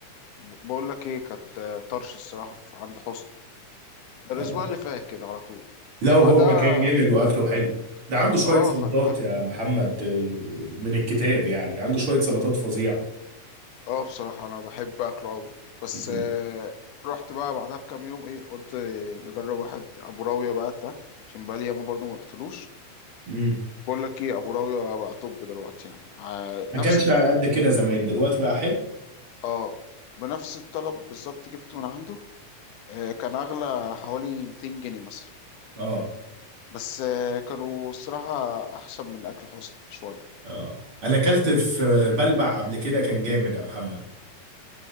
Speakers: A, on the left (about 80°); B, on the right (about 40°).
A: ب- بقول لك ايه كانت آه، طرش الصراحة في عند حسني ده
B: آه.
A: الأسبوع اللي فات كده على طول
B: لو
A: بعدها
B: هو مكان جامد واكله حلو ده عنده شوية
A: اه
B: سلطات
A: خلي بالك
B: يا محمد آه، من الكتاب يعني عنده شوية سلطات فظيعة
A: اه بصراحة أنا بحب أكله أوي بس
B: مم.
A: آه، رحت بقى بعدها بكام يوم ايه قلت نجرب واحد أبو راوية بقى ده عشان بقالي ياما برضه ما رحتلوش
B: مم.
A: بقول لك ايه ابو راوية بقى طب دلوقتي يعني ع-
B: ما
A: نفس
B: كانش
A: الت-
B: قد كده زمان دلوقتي بقى حلو
A: اه بنفس الطلب بالظبط جبته من عنده آه، كان اغلى حوالي 200 جنيه مثلا
B: اه
A: بس آه، كانوا الصراحة احسن من اكل حسني شوية
B: اه انا اكلت في بلبع قبل كده كان جامد يا محمد